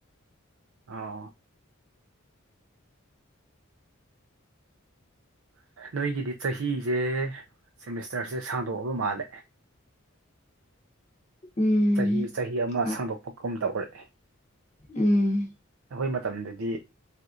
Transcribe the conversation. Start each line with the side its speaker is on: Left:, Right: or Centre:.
Right: ꯑꯥ ꯅꯣꯏꯒꯤꯗꯤ ꯆꯍꯤꯁꯦ ꯁꯦꯃꯤꯁꯇꯔꯁꯦ ꯁꯥꯡꯗꯣꯛꯑꯕ ꯃꯥꯜꯂꯦ
Left: ꯎꯝ
Right: ꯆꯍꯤ ꯆꯍꯤ ꯑꯃ
Left: ꯈꯔ-
Right: ꯁꯥꯡꯗꯣꯛꯄꯒꯨꯝ ꯇꯧꯔꯦ
Left: ꯎꯝ
Right: ꯑꯩꯈꯣꯏ ꯃꯇꯝꯗꯗꯤ